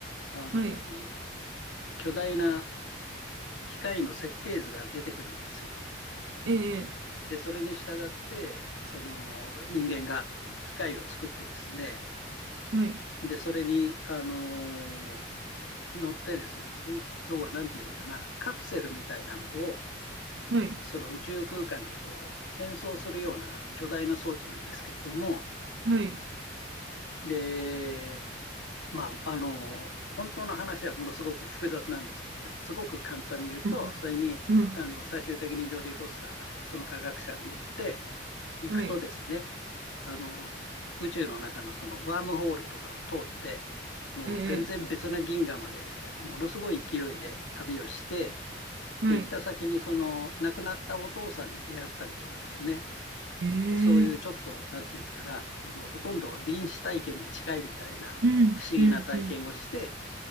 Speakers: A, on the left (about 90°); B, on the right (about 70°).
A: あの、
B: はい、
A: 巨大な機械の設計図が出てくるんですよ。
B: ええ、
A: で、それに従って、その人間が機械を作ってですね、
B: はい、
A: で、それに、あの、乗ってですね、で要はなんていうのかな、カプセルみたいなのを、
B: はい、
A: その宇宙空間にこう、転送するような巨大な装置なんですけれども、
B: はい。
A: で、まあ、あの、本当の話はものすごく複雑なんですけどね、すごく簡単に言うと、
B: うん、
A: それに、
B: うん
A: あの、最終的にジョーディ・フォスター、その科学者が乗っていくとですね、
B: はい、
A: あの、宇宙の中のそのワームホールとかを通って、もう全然別な銀河まで、
B: ええ、
A: ものすごい勢いで旅をして、
B: はい。
A: で、行った先にその亡くなったお父さんに出会ったりとかですね、
B: ええ
A: そういうちょっと、なんていうのかな、あの、ほとんど臨死体験に近いみたいな不思議な体験をして、
B: うん、うん、う